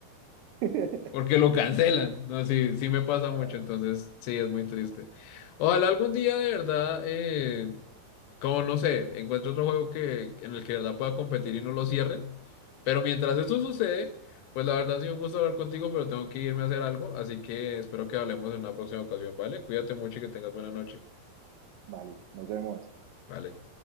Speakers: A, on the right; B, on the left.
A: <laughs>
B: Porque lo cancelan. No, sí, sí me pasa mucho,
A: Ah,
B: entonces sí, es muy triste. Ojalá algún día de verdad, eh, como no sé, encuentre otro juego que, en el que de verdad pueda competir y no lo cierren. Pero mientras eso sucede, pues la verdad ha sido un gusto hablar contigo, pero tengo que irme a hacer algo, así que espero que hablemos en una próxima ocasión, ¿vale? Cuídate mucho y que tengas buena noche.
A: Vale, nos vemos.
B: Vale.